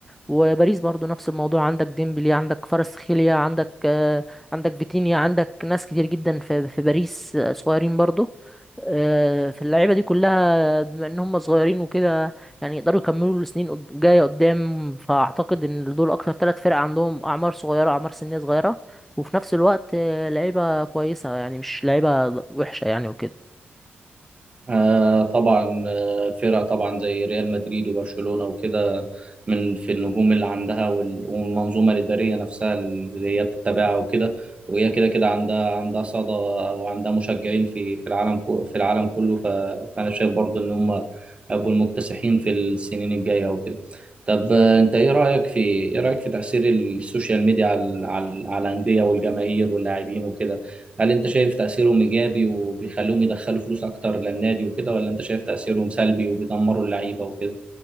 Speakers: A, in the centre; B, on the right.
A: وباريس برضه نفس الموضوع عندك ديمبلي عندك كفاراتسخيليا عندك آه، عندك فيتينيا عندك ناس كتير جدا في في باريس آه، صغيرين برضه آه، فاللعيبه دي كلها بما ان هم صغيرين وكده يعني يقدروا يكملوا السنين قد- جايه قدام فاعتقد ان دول اكتر ثلاث فرق عندهم اعمار صغيره اعمار سنيه صغيره وفي نفس الوقت آه، لعيبه كويسه يعني مش لعيبه وحشه يعني وكده
B: آه طبعا آه، فرق طبعا زي ريال مدريد وبرشلونة وكده من في النجوم اللي عندها وال- والمنظومة الإدارية نفسها اللي هي بتتبعها وكده وهي كده كده عندها عندها صدى وعندها مشجعين في في العالم كو- في العالم كله ف- فأنا شايف برضو إن هم هيبقوا المكتسحين في السنين الجاية وكده طب آه، أنت إيه رأيك في إيه رأيك في تأثير السوشيال ميديا على على على الأندية والجماهير واللاعبين وكده هل انت شايف تأثيرهم ايجابي وبيخلوهم يدخلوا فلوس اكتر للنادي وكده ولا انت شايف تأثيرهم سلبي وبيدمروا اللعيبة وكده